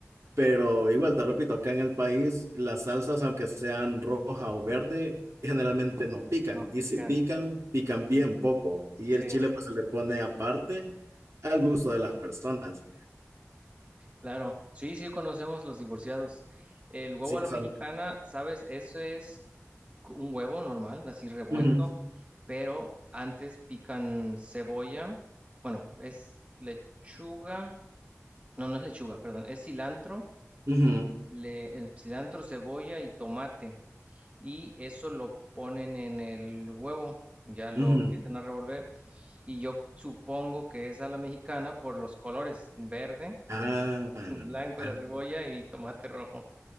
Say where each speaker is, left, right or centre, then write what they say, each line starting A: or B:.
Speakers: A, on the right; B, on the right.
A: Pero igual, te repito, acá en el país las salsas, aunque sean roja o verde, generalmente no pican.
B: no pican.
A: Y si pican, pican bien poco. Y
B: Sí,
A: el chile pues se le pone aparte al gusto de las personas.
B: claro. Sí, sí conocemos los divorciados. El huevo
A: Sí,
B: a la
A: son...
B: mexicana, ¿sabes? Eso es co- un huevo normal, así revuelto.
A: Ujú,
B: pero antes pican cebolla, bueno, es lechuga, no, no es lechuga, perdón, es cilantro,
A: ujú,
B: le, eh, cilantro, cebolla y tomate, y eso lo ponen en el huevo, ya lo
A: ujú.
B: empiezan a revolver, y yo supongo que es a la mexicana por los colores, verde,
A: Ah,
B: del <laughs> blanco
A: ah.
B: de la cebolla y tomate rojo,